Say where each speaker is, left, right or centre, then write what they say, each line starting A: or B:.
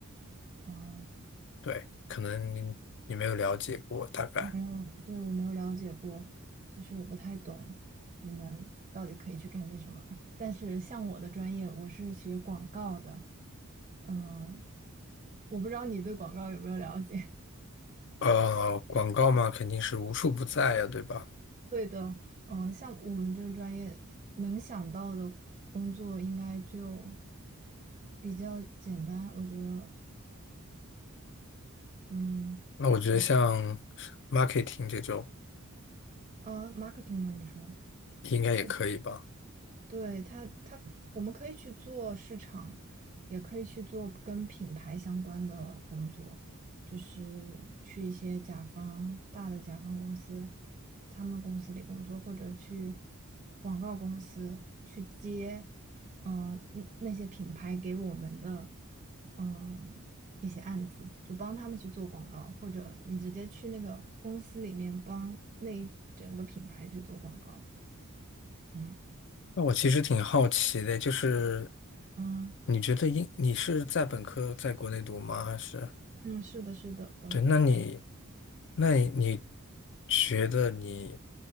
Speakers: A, on the right; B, on the left.
A: 哦
B: 对，可能你你没有了解过，大概，
A: 没有，对，我没有了解过，其实我不太懂你们到底可以去干些什么。但是像我的专业，我是学广告的，呃，我不知道你对广告有没有了解。
B: 呃，广告嘛，肯定是无处不在呀，对吧？
A: <laughs> 对的，嗯、呃，像我们这个专业能想到的工作应该就比较简单，我觉得，嗯，
B: 那我觉得像
A: 嗯，
B: marketing 这种。
A: 啊，marketing 吗？你说？
B: 应该也可以吧？
A: 是对，他，他我们可以去做市场，也可以去做跟品牌相关的工作，就是去一些甲方大的甲方公司，他们公司里工作，或者去广告公司去接，嗯、那那些品牌给我们的，嗯、一些案子，就帮他们去做广告，或者你直接去那个公司里面帮那一整个品牌去做广告，嗯。
B: 那我其实挺好奇的，就是
A: 啊，
B: 你觉得英你是在本科在国内读吗？还是
A: 嗯，是的，是的，本科是在，
B: 对？那你那你你觉得你